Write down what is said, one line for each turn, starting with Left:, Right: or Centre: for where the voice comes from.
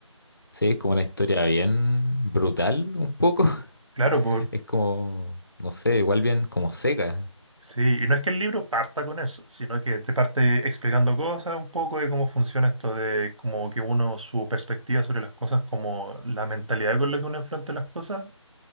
Left: Sí, es como una historia bien brutal, un poco. <laughs>
Right: Claro, por,
Left: Es como, no sé, igual bien como seca.
Right: sí, y no es que el libro parta con eso, sino que te parte explicando cosas un poco de cómo funciona esto de como que uno, su perspectiva sobre las cosas, como la mentalidad con la que uno enfrenta las cosas